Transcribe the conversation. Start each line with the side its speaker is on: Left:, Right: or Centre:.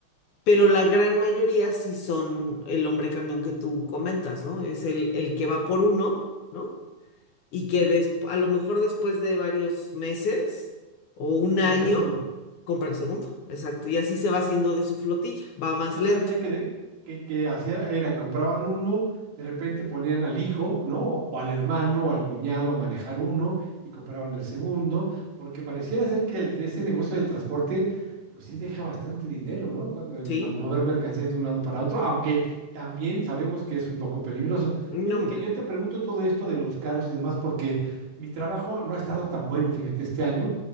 Left: Pero la gran mayoría sí son el hombre camión que tú comentas, ¿no? Es el, el que va por uno, ¿no? Y que des- a lo mejor después de varios meses o un
Right: compra
Left: año
Right: el segundo.
Left: compra el segundo, exacto. Y así se va haciendo de su flotilla, va
Right: Sí,
Left: más
Right: yo
Left: lento,
Right: sabía que, de- que, que hacía, era, compraban uno, de repente ponían al hijo, ¿no? O, o al hermano o al cuñado a manejar uno y compraban el segundo, porque pareciera ser que el- ese negocio del transporte, pues sí deja bastante dinero, ¿no? El
Left: ¿sí?
Right: ma- mover mercancías de un lado para otro, aunque también sabemos que es un poco peligroso.
Left: No,
Right: Fíjate
Left: hombre,
Right: que yo te pregunto todo esto de los carros y demás, porque mi trabajo no ha estado tan bueno, fíjate, este año.